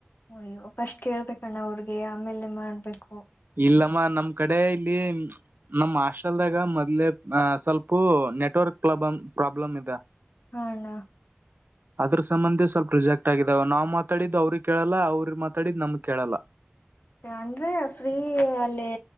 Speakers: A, on the left (about 55°); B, on the right (about 55°).
A: ಅಯ್ಯೋ ಫಸ್ಟ್ ಕೇಳ್ಬೇಕಣ್ಣ ಅವ್ರಿಗೆ ಆಮೇಲೆ ಮಾಡ್ಬೇಕು
B: ಇಲ್ಲಮ್ಮ ನಮ್ ಕಡೆ ಇಲ್ಲಿ ನಮ ಹಾಸ್ಟೆಲ್ದಾಗ ಮೊದ್ಲೆ ಅ ಸ್ವಲ್ಪು ನೆಟ್ವರ್ಕ್ ಪ್ರಾ ಪ್ರಾಬ್ಲಮ್ ಇದೆ
A: ಹಣ
B: ಅದ್ರ ಸಂಬಂಧಿ ಸ್ವಲ್ಪ ಪ್ರೊಜೆಕ್ಟ್ ಆಗಿದಾವ ನಾ್ ಮಾತಾಡಿದ್ದು ಅವ್ರಿಗೆ ಕೇಳಲ್ಲ ಅವ್ರ ಮಾತಾಡಿದ್ ನಮ್ಗ್ ಕೇಳಲ್ಲ
A: ಅನ್್ರೆಫ್ರೀ ಅಲ್ಲಿೇ